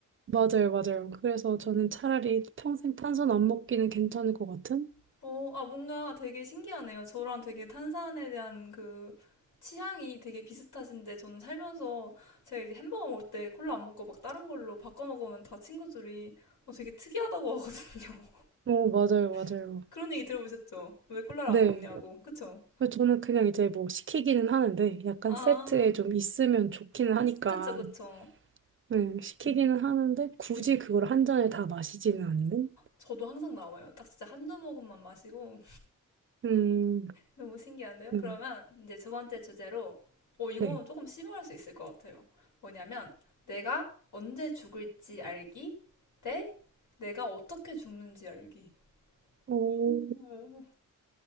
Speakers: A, on the right; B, on the left.
A: 맞아요, 맞아요. 그래서 저는 차라리 평생 탄산 안 먹기는 괜찮을 것 같은?
B: 어, 아, 뭔가 되게 신기하네요. 저랑 되게 탄산에 대한 그 취향이 되게 비슷하신데 저는 살면서 제가 이제 햄버거 먹을 때 콜라 안 먹고 막 다른 걸로 바꿔 먹으면 다 친구들이 어, 되게 특이하다고 하거든요.
A: 어, 맞아요, 맞아요.
B: <laughs> 그런 얘기 들어보셨죠? 왜 콜라를
A: 네.
B: 안 먹냐고. 그쵸?
A: 그래서 저는 그냥 이제 뭐 시키기는 하는데 약간
B: 아,
A: 세트에 좀 있으면 좋기는
B: 그,
A: 하니까.
B: 그쵸, 그쵸.
A: 네, 시키기는
B: 음,
A: 하는데 굳이
B: 네.
A: 그걸 한 잔에 다 마시지는 않는?
B: 저도 항상 나와요. 딱 진짜 한두 모금만 마시고
A: 음,
B: 너무 신기한데요?
A: 네.
B: 그러면 이제 두 번째 주제로, 어, 이건
A: 네.
B: 조금 심오할 수 있을 것 같아요. 뭐냐면, 내가 언제 죽을지 알기 대 내가 어떻게 죽는지 알기.
A: 오.
B: 오,